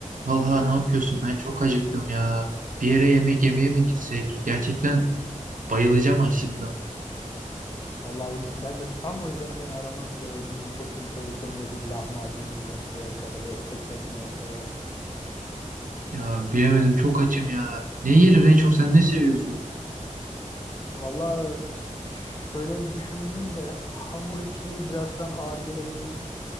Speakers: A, on the right; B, on the left.
A: Vallahi ne yapıyorsun? Ben çok acıktım ya. Bir yere yemek yemeye mi gitsek? Gerçekten bayılacağım açlıktan.
B: Vallahi Hulusi ben de tam o yüzden seni aramak üzereydim diyecektim. Şöyle seninle bir lahmacun mu gömsek ya da bir etli ekmek mi yesek?
A: Ya bilemedim çok açım ya. Ne yiyelim? En çok sen ne seviyorsun?
B: Vallahi şöyle bir düşündüm de hamur içi biraz şu an ağır gelebilir.